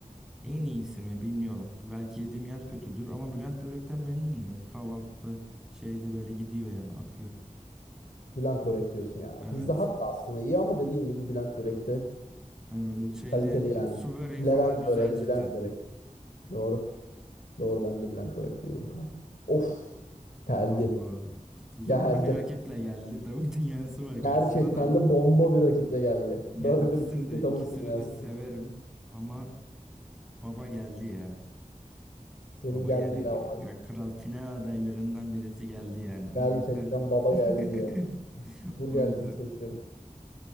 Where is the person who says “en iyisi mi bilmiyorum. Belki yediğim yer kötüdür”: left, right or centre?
Centre